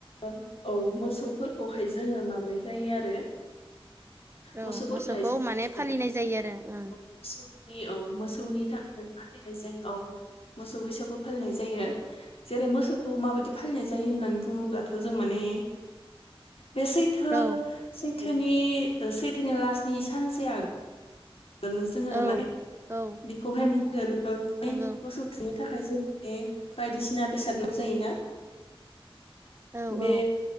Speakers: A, on the left; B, on the right.
A: औ मोसौफोरखौहाय जोङो माबानाय जायो आरो
B: औ
A: मोसौफोरखौहाय
B: मोसौखौ
A: जों
B: माने
A: बिदिनो
B: फालिनाय जायो आरो ओं
A: औ मोसौनि औ मोसौनि थाखाय नो फालिनाय जायो औ मोसौ बैसागु फालिनाय जायो। जेरै मोसौखौ माबायदि फालिनाय जायो होननानै बुङोब्लाथ' जों माने बे सै थो
B: ओं
A: सैथोनि सैथोनि लास्तनि सानसे आगो लनो जोङो
B: औ
A: माने
B: औ
A: बेखौहाय बुंगोन ओ माने
B: नंगौ
A: मोसौ थुखैनो थाखाय जों माने बायदिसिना बेसाद नांगौ जायोना।
B: औ
A: बे
B: औ